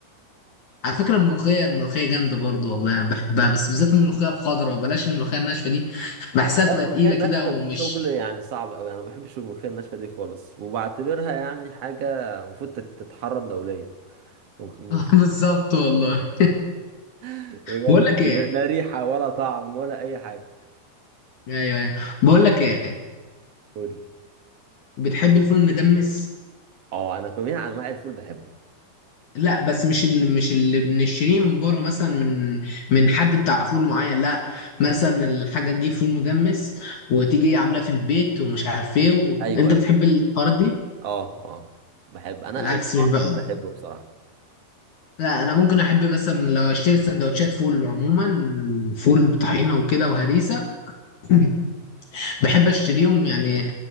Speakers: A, on the left; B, on the right.
A: على فكرة الملوخية الملوخية جامدة برضو والله أنا بحبها بس بالذات الملوخية الخضراء بلاش الملوخية الناشفة دي بحسها بتبقى
B: لا الملوخيه
A: تقيلة
B: الناشفه
A: كده ومش
B: دي شغل يعني صعب قوي انا ما بحبش الملوخيه الناشفه دي خالص وبعتبرها يعني حاجه المفروض تت- تتحرم دوليا ممكن
A: <laughs>
B: الملوخيه
A: آه، بالظبط والله
B: <laughs> بجد
A: بقول لك
B: يعني
A: ايه
B: لا ريحه ولا طعم ولا اي حاجه
A: ايوه ايوه بقول لك ايه
B: قول لي
A: بتحب الفول المدمس
B: اه انا جميع انواع الفول بحبه
A: لا بس مش اللي مش اللي بنشتريه من بره مثلا من من حد بتاع فول معين لا مثلا الحاجة تجيب فول مدمس وتيجي عاملاه في البيت ومش عارف ايه و...
B: ايوه
A: انت
B: ايوه
A: بتحب الحوارات دي
B: اه اه بحب انا
A: العكس
B: اي
A: مش
B: نوع
A: بقى
B: فول بحبه بصراحه
A: لا انا ممكن احب مثلا لو اشتري سندوتشات فول عموما فول بطحينه وكده وهريسه <clears throat> <laughs> بحب اشتريهم يعني